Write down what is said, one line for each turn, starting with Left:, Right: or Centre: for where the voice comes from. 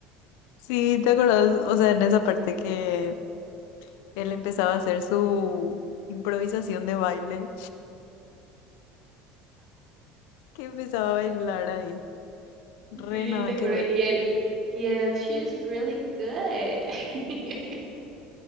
Left: sí, ¿te acordás? O sea, en esa parte que él empezaba a hacer su improvisación de baile, que empezaba a bailar ahí. Re
Right: Sí,
Left: nada
Right: te
Left: que
Right: juro,
Left: ver.
Right: y él, y él, she's really good. <laughs>